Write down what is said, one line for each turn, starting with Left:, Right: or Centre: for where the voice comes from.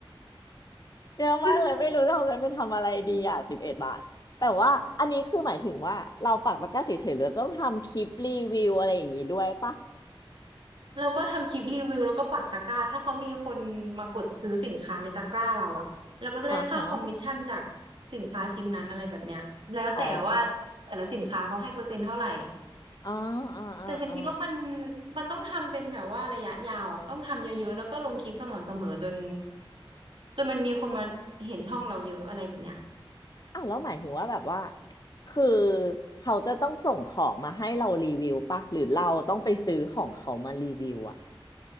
Left: เยอะมากเลยไม่รู้จะเอาเงินไปทำอะไรดีอ่ะสิบเอ็ดบาทแต่ว่าอันนี้คือหมายถึงว่าเราปักตะกร้าเฉยๆหรือต้องทำคลิปรีวิวอะไรอย่างงี้ด้วยปะ
Right: <laughs> แล้วก็ทำคลิปรีวิวแล้วก็ปักตะกร้าถ้าเขามีคนมากดซื้อสินค้าในตะกร้าเราอะเราก็จะได้ค่าคอมมิชชั่นจาก
Left: อ่าฮะ
Right: สินค้าชิ้นนั้นอะไรแบบเนี้ยแล้วแต่ว่า
Left: อ๋อ
Right: แต่ละสินค้าเขาให้เปอร์เซ็นต์เท่าไหร่
Left: อ๋ออ๋ออ๋ออ๋อ
Right: แต่ฉันคิดว่ามันมันต้องทำเป็นแบบว่าระยะยาวอะต้องทำเยอะๆแล้วก็ลงคลิปสม่ำเสมอจนจนมันมีคนมาเห็นช่องเราเยอะอะไรแบบเนี้ย
Left: อ่ะแล้วหมายถึงว่าแบบว่าคือเขาจะต้องส่งของมาให้เรารีวิวปะหรือเราต้องไปซื้อของเขามารีวิวอ่ะ